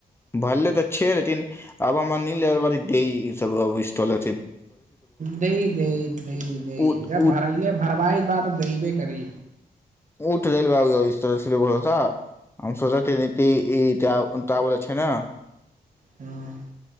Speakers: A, on the left; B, on the right.
A: भलले तऽ छै लेकन आब हमरा न ई सब स्थल
B: द द द द
A: उ-
B: जब भर भरबाई बात दमे करी
A: उ तऽ रेलवेाबर ब हम सी ई त बोल छै ने
B: हँ